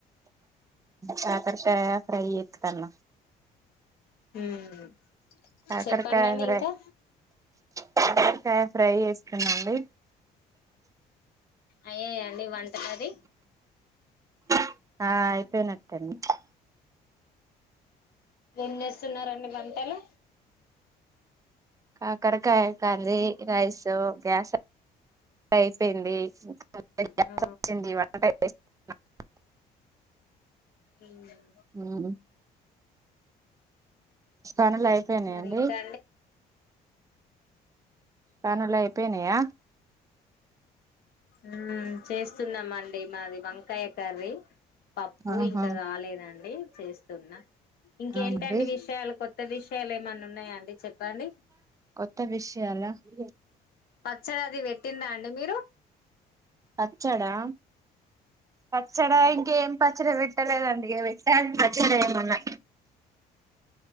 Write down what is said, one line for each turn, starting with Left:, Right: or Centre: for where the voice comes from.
Right: కాకరకాయ ఫ్రై చేతన్న
Left: మ్మ్
Right: కాకరకాయ
Left: చెప్పడండి
Right: ఫ్రై
Left: ఇంకా
Right: కాకరకాయ ఫ్రై చేసుకున్నాండి.
Left: అయ్యాయా అండి వంట అది
Right: ఆ <unintelligible>
Left: ఎం చేస్తున్నారండి వంటలు
Right: కాకరకాయ కర్రీ రైస్ గ్యాస్ అయిపోయింది <unintelligible>
Left: ఆ మ్మ్
Right: మ్ పనులు అయిపోయినాయ
Left: మరి
Right: అండి.
Left: ఇంకా
Right: పనులయిపొయినాయ
Left: మ్ చేస్తున్నామండి మాది వంకాయ కర్రి పప్పు
Right: ఆహా
Left: ఇంకా కాలేదండి చే తున్నా ఇంకేంటండి
Right: అవునండి
Left: విషయాలు కొత్త విషయాలు ఏమన్నా ఉన్నాయా అండి చెప్పండి.
Right: కొత్త విషయాల
Left: పచ్చడి అది పెట్టిండ్రా అండి మీరు
Right: పచ్చడా పచ్చడా
Left: మ్మ్
Right: ఇంకేం పచ్చడి పెట్టలేదండి ఇగ <unintelligible> పచ్చడేయమన్నా